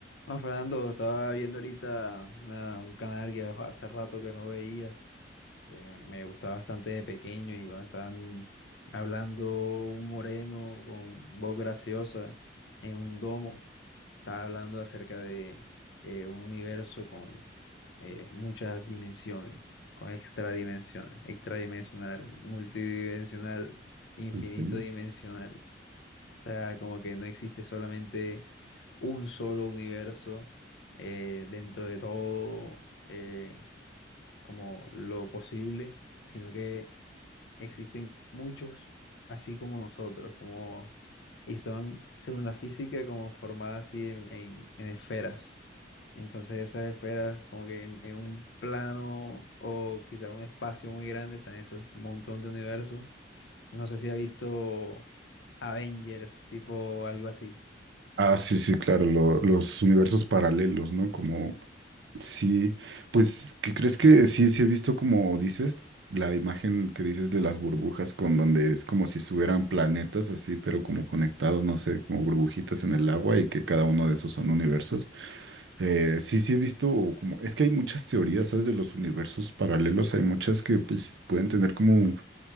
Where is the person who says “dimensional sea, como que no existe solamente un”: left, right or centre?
Left